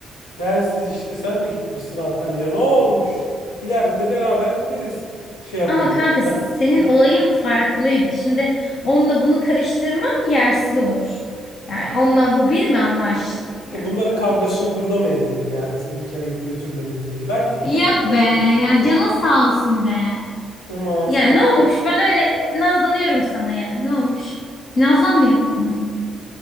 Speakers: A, on the left (about 75°); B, on the left (about 50°).
A: Bensiz işte. Sen de gitmişsin Antalya'ya. Ne olmuş? İleride de beraber gideriz. Şey yapınca.
B: Ama kanka
A: Ben,
B: senin
A: e,
B: olayın farklıydı. Şimdi onunla bunu karıştırman yersiz olur. Yani onunla bu bir mi Allah aşkına
A: şimdi
B: yani
A: bunların kavgasını
B: hiç.
A: burada mı edelim yani? Seni bir kere götürmedim diye. Ben gittim.
B: Yok
A: Güzeldi.
B: be ya canın sağ olsun be.
A: Aman
B: Yani
A: sen.
B: ne olmuş ben öyle e, nazlanıyorum sana yani ne olmuş. Nazlanmayalım.